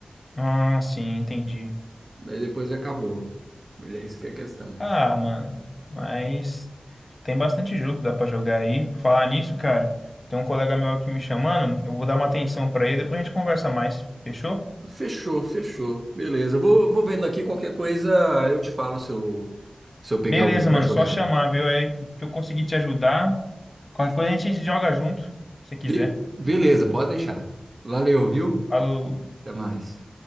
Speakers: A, on the left (about 40°); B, on the right (about 40°).
A: Ah, sim, entendi.
B: Daí depois acabou. E é isso que é a questão.
A: Ah, mano, mas tem bastante jogo que dá pra jogar aí. Por falar nisso, cara, tem um colega meu aqui me chamando, eu vou dar uma atenção pra ele, depois a gente conversa mais, fechou?
B: Fechou, fechou. Beleza. Vou, vou vendo aqui qualquer coisa, eu te falo se eu, se eu peguei
A: Beleza,
B: algum pra
A: mano,
B: jogar.
A: só chamar, viu? Aí que eu consegui te ajudar. Qualquer coisa a gente joga junto, se quiser.
B: Be- beleza, pode deixar. Valeu, viu?
A: Falou.
B: Até mais.